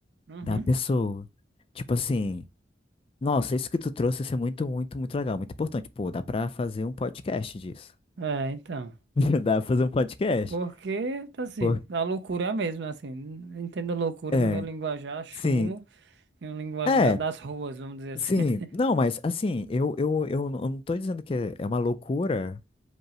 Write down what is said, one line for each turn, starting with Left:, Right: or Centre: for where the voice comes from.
Right: Uhum.
Left: da pessoa. Tipo assim, nossa, isso que tu trouxe isso é muito, muito, muito legal, muito importante. Pô, dá pra fazer um podcast disso.
Right: É, então.
Left: <laughs> Dá pra fazer um podcast.
Right: Porque, assim,
Left: Pô,
Right: a loucura é a mesma, assim. Entendo loucura
Left: é,
Right: no meu linguajar chulo
Left: sim.
Right: e um linguajar
Left: É,
Right: das ruas, vamos dizer assim.
Left: sim.
Right: né?
Left: Não, mas assim, eu, eu, eu não eu não tô dizendo que é é uma loucura.